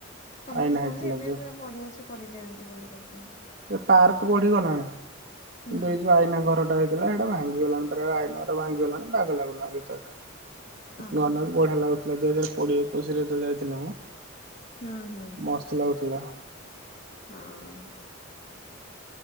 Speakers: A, on the left; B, on the right.
A: ସମସ୍ତ
B: ଆଇନା ହେଇଥିଲା
A: କୁହନ୍ତି ଏବେ
B: ଯୋଉ
A: ବି ବଢିଆ ସେ କରିଦିଅନ୍ତି ବୋଲି କହୁଚନ୍ତି।
B: ଏ ପାର୍କ ବଢିଗଲାଣି।
A: ହୁଁ
B: କିନ୍ତୁ ଏଇ ଯୋଉ ଆଇନା ଘରଟା ଥିଲା ସେଇଟା ଭାଙ୍ଗିଗଲାଣି ପରା ଆଇନା ଟା ଭାଙ୍ଗିଗଲାଣି ବାଗ ଲାଗୁନି ଆଉ ଭିତର ଟା।
A: ଓହୋ।
B: ନୂଆ ନୂଆ କି ବଢିଆ ଲାଗୁଥିଲା ଦୁଇ ହଜାର କୋଡିଏ ଏକୋଇଶି ରେ ଯେତେବେଳେ ଯାଇଥିଲି ମୁଁ।
A: ହୁଁ ହୁଁ
B: ମସ୍ତ ଲାଗୁଥିଲା।
A: ହଁ ହ।